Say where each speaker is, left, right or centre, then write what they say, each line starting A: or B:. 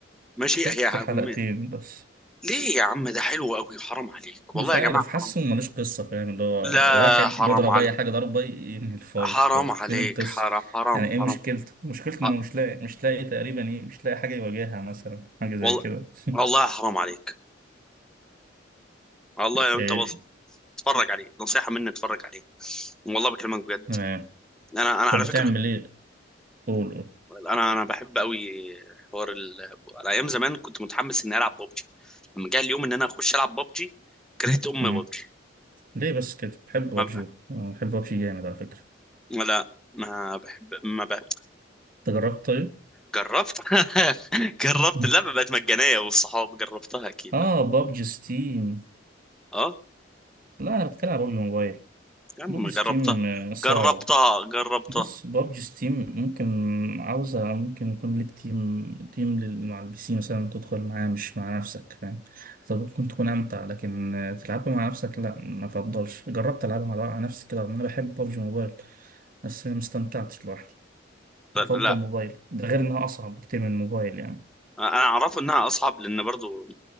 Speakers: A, in the centre; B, on the right (about 45°).
A: ماشي
B: شفت
A: هي عم...
B: حلقتين بس
A: ليه يا عم ده حلو قوي حرام عليك والله
B: مش
A: يا
B: عارف
A: جماعه
B: حاسه
A: حرام
B: ملوش قصة فاهم اللي هو
A: لا
B: واحد
A: حرام
B: بيضرب
A: عليك
B: أي حاجة ضربة ينهي الفايت
A: حرام
B: طب
A: عليك
B: فين القصة؟
A: حرام حرام
B: يعني إيه
A: حرام
B: مشكلته؟ مشكلته
A: ح-
B: إنه مش لاقي مش لاقي تقريبا إيه مش لاقي حاجة يواجهها مثلا حاجة زي
A: والله
B: كده <laughs>
A: والله حرام عليك والله
B: إيه
A: انت بس اتفرج عليه نصيحة مني اتفرج عليه والله بكلمك بجد
B: تمام
A: انا انا على
B: طب بتعمل
A: فكرة
B: إيه؟ قول قول
A: انا انا بحب قوي حوار ال... على ايام زمان كنت متحمس اني العب ببجي لما جه اليوم ان انا اخش العب ببجي كرهت <laughs> ام
B: مم.
A: ببجي
B: ليه بس كده؟ بحب بابجي
A: ما بقى.
B: آه، بحب بابجي جامد على فكرة
A: لا ما بحب ما بقى.
B: أنت جربت طيب؟
A: جربت <laughs> جربت
B: مم.
A: اللعبة بقت مجانية والصحاب جربتها اكيد
B: آه
A: اه
B: بابجي ستيم
A: آه،
B: لا أنا بتكلم على بابجي موبايل
A: يا عم
B: بابجي
A: جربتها
B: ستيم آه، صعبة
A: جربتها جربتها
B: بص بابجي ستيم ممكن عاوزة ممكن يكون ليك تيم تيم لل- مع البي سي مثلا تدخل معاه مش مع نفسك فاهم طب ممكن تكون أمتع لكن آه، تلعبها مع نفسك لا ما فضلش جربت ألعبها مع مع نفسي كده رغم إن أنا بحب بابجي موبايل بس ما استمتعتش لوحدي
A: لا
B: بفضل موبايل ده غير إنها أصعب بكتير من الموبايل يعني
A: انا اعرفه انها اصعب لان برضو